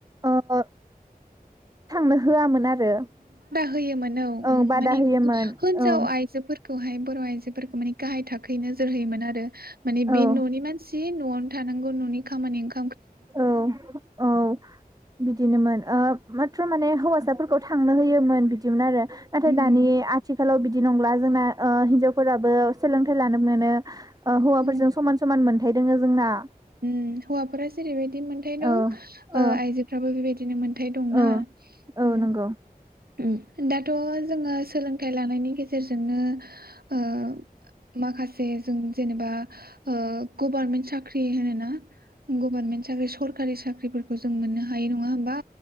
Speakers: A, on the right; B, on the right.
A: ओ थांनो हो आमोन। आरो
B: होयोन औ
A: ओं
B: उम
A: बादा
B: माने
A: होयोमोन
B: हिजाव
A: औ
B: आइजो फोर खौबहाय बर' आइजो फोरखौ माने गाहाय थाखोै नोजोर होयोमोन आरो। माने
A: औ
B: बे ननि मानसि नआव थानांगौ ननि खामानि ओंखार
A: औ औ बिदि दिनोमोन। ओ माथ्र माने हौवासा फोरखौ थांनो होयोमोन बिदिमोन आरो। नाथाय
B: उम
A: दानि आथिखालाव बिद बिदि नंला जोंना ओ हिनजाव फोराबो सोलोंथाइ लानो मोनो़ अ हौवा
B: उम
A: फोरजों समान समान मोन थाइ दोङो जोंना।
B: उम । हौवाफोरा जेरैबायदि मोनथाय दं
A: औ
B: ओ
A: औ
B: आइजोफ्राबो बेबायदि दिनोमोन। थाय दंना
A: औ औ
B: ओम।
A: नंगौ
B: उ दा थ जोङो सोलोंथाइ लानायनि गेजेरजों गेजेरजोंनो ओ माखासे जों जेनेबा ओ गभार्नमेन्ट साख्रि होनोना ना गभार्नमेन्ट साख्रि स सरखारि साख्रिफोरखौ जों मोननो हायो नंङा होमबा।